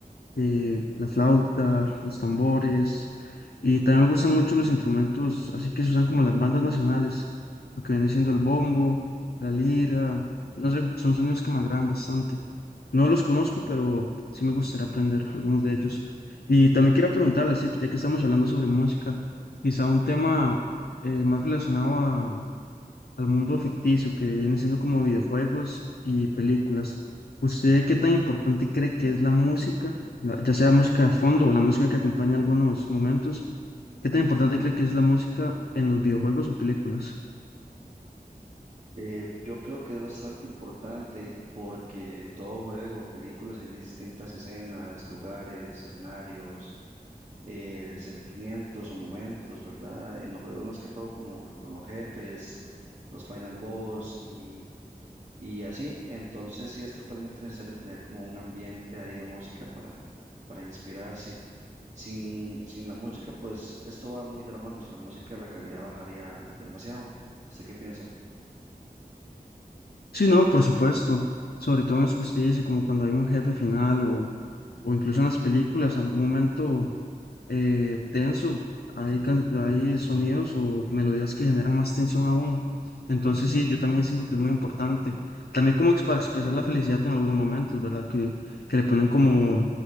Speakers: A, on the left; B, on the right.
A: eh, la flauta, los tambores, y también me gustan mucho los instrumentos, así que se usan como en las bandas nacionales, lo que viene siendo el bombo, la lira, no sé, son sonidos que me agradan bastante. No los conozco, pero sí me gustaría aprender algunos de ellos. Y también quiero preguntarle, así que ya que estamos hablando sobre música, quizá un tema eh, más relacionado a al mundo ficticio que viene siendo como videojuegos y películas. ¿Usted qué tan importante cree que es la música, la- ya sea música de fondo o la música que acompaña algunos momentos? ¿Qué tan importante cree que es la música en los videojuegos o películas?
B: Eh, yo creo que es bastante importante porque en todo juego, películas hay distintas escenas, lugares, escenarios eh, sentimientos o momentos, ¿verdad? En los juegos más que todo como lo- con los jefes, los final boss y, y así. Entonces sí es totalmente necesario tener como un ambiente ahí de música para, para inspirarse. Sin, sin la música, pues esto va muy de la mano. Sin la música la calidad bajaría demasiado. ¿Usted qué piensa?
A: Sí, no, por supuesto. Sobre todo en eso que usted dice, como cuando hay un jefe final o, o incluso en las películas, en algún momento eh, tenso, hay, can- hay sonidos o melodías que generan más tensión aún. Entonces sí, yo también siento que es muy importante. También como ex- para expresar la felicidad en algunos momentos, ¿verdad? Que, que le ponen como